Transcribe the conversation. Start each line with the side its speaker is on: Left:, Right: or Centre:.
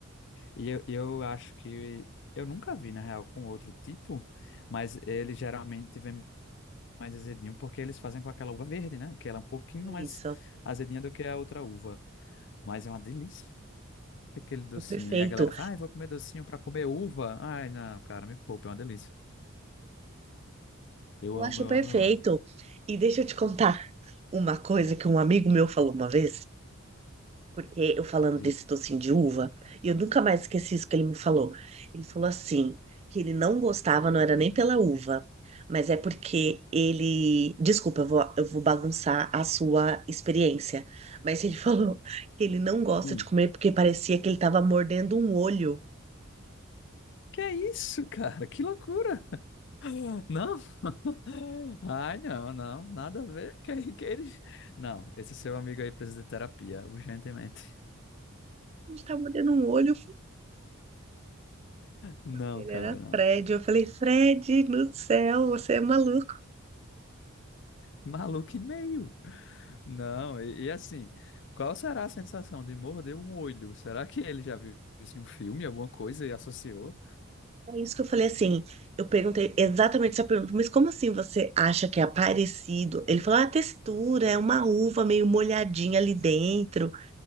Left: E eu, eu acho que eu nunca vi, na real, com outro tipo, mas ele geralmente vem mais azedinho, porque eles fazem com aquela uva verde, né? Que ela é um pouquinho mais
Right: Isso,
Left: azedinha do que a outra uva. Mas é uma delícia aquele docinho.
Right: é perfeito.
Left: E a galera fala, ai, vou comer docinho pra comer uva. Ai, não, cara, me poupa, é uma delícia. Eu
Right: Eu
Left: amo,
Right: acho
Left: eu
Right: perfeito.
Left: amo, eu amo.
Right: E deixa eu te contar uma coisa que um amigo meu falou uma vez, Porque eu falando
Left: E,
Right: desse docinho de uva, e eu nunca mais esqueci isso que ele me falou. Ele falou assim, que ele não gostava, não era nem pela uva, mas é porque ele. Desculpa, eu vou, eu vou bagunçar a sua experiência. Mas ele <laughs> falou que ele não gosta
Left: hum,
Right: de comer porque parecia que ele estava mordendo um olho.
Left: que é isso, <laughs> cara? Que loucura! <laughs> Não? <laughs> Ai, não, não, nada a ver. <laughs> Que, que ele... Não, esse seu amigo aí precisa de terapia, urgentemente.
Right: A gente tá mordendo um olho,
Left: Não,
Right: ele
Left: cara,
Right: era
Left: não.
Right: Fred. Eu falei, Fred, no céu, você é maluco.
Left: Maluco e meio. Não, e, e assim, qual será a sensação de morder um olho? Será que ele já viu isso em um filme, alguma coisa e associou?
Right: É isso que eu falei assim. Eu perguntei exatamente essa pergunta, mas como assim você acha que é parecido? Ele falou, ah, a textura é uma uva meio molhadinha ali dentro.